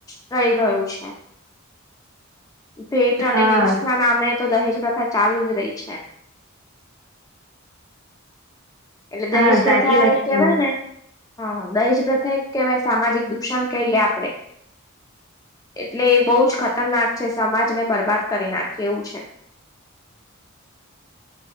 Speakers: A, on the left; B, on the right.
A: થઈ ગયું છે. ભેટ અને
B: હા
A: ગિફ્ટ ના નામે તો, દહેજ પ્રથા ચાલુ જ રહી છે. એટલે દહેજ
B: હા
A: પ્રથા
B: સાચી વાત
A: એક
B: છે
A: કેવાય
B: તમે
A: ને. હ, દહેજ પ્રથા કેવાય સામાજિક દૂષણ કહીએ આપડે. એટલે એ બહુ જ ખતરનાક છે, સમાજ ને બરબાદ કરી નાખી એવું છે.